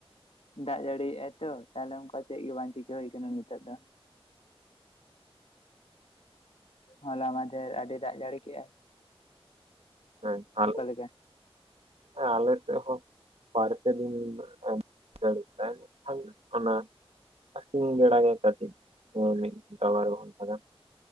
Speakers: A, on the left; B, on the right.
A: ᱫᱟᱜ ᱡᱟᱹᱲᱤ ᱭᱮᱜ-ᱟᱭ ᱛᱚ, ᱛᱟᱦᱚᱞᱮ ᱚᱱᱠᱟ ᱪᱮᱜ ᱜᱮ ᱵᱟᱝ ᱪᱤᱠᱟᱹ ᱦᱳᱭ ᱠᱟᱱᱟ ᱱᱤᱛᱚᱜ ᱫᱚ᱾ ᱦᱚᱞᱟ ᱢᱟᱫᱷᱦᱮᱨ ᱟᱹᱰᱤ ᱫᱟᱜ ᱡᱟᱹᱲᱤ ᱠᱮᱜ-ᱟᱭ᱾
B: ᱦᱮᱸ ᱮᱠᱟᱞ,
A: ᱞᱮᱠᱟ
B: ᱦᱮᱸ ᱟᱞᱮ ᱥᱮᱜ ᱦᱚᱸᱼᱼ ᱵᱟᱨ ᱯᱮ ᱫᱤᱱ ᱮᱸ ᱡᱟᱹᱲᱤ‌ ᱠᱮᱫᱟ ᱮᱱᱠᱷᱟᱱ ᱚᱱᱟᱼᱼ ᱥᱤᱧ ᱵᱮᱲᱟ ᱠᱟᱹᱴᱤᱡ ᱳᱭ ᱢᱤᱫ ᱜᱷᱚᱱᱴᱟ ᱵᱟᱨ ᱜᱷᱚᱱᱴᱟ ᱜᱟᱱ᱾